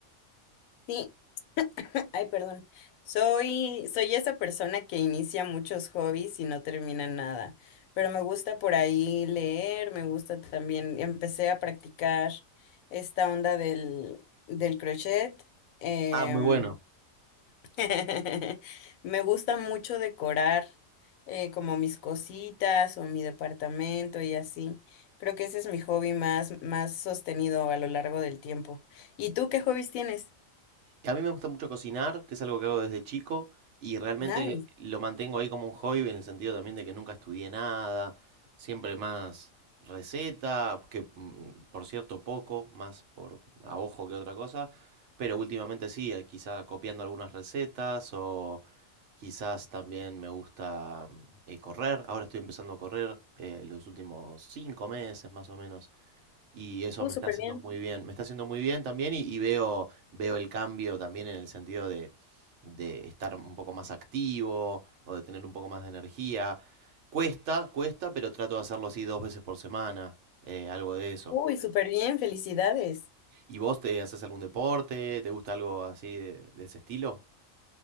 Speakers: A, on the left (about 85°); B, on the right (about 65°).
A: Sí, <clears throat> ay, perdón. Soy, soy esa persona que inicia muchos hobbies y no termina nada, pero me gusta por ahí leer, me gusta también, empecé a practicar esta onda del, del crochet. em,
B: Ah, muy bueno.
A: <laughs> Me gusta mucho decorar eh, como mis cositas o mi departamento y así. Creo que ese es mi hobby más, más sostenido a lo largo del tiempo. ¿Y tú qué hobbies tienes?
B: A mí me gusta mucho cocinar, que es algo que hago desde chico, y realmente
A: Nice.
B: lo mantengo ahí como un hobby en el sentido también de que nunca estudié nada, siempre más receta, que mm, por cierto poco, más por a ojo que otra cosa, pero últimamente sí, eh, quizá copiando algunas recetas o quizás también me gusta mm, eh, correr, ahora estoy empezando a correr eh, los últimos cinco meses más o menos. Y eso
A: Uh,
B: me
A: súper
B: está haciendo
A: bien.
B: muy bien, me está haciendo muy bien también y, y veo, veo el cambio también en el sentido de, de estar un poco más activo o de tener un poco más de energía. Cuesta, cuesta, pero trato de hacerlo así dos veces por semana, eh, algo de eso.
A: Uy, súper bien, felicidades.
B: ¿Y vos te haces algún deporte? ¿Te gusta algo así de, de ese estilo?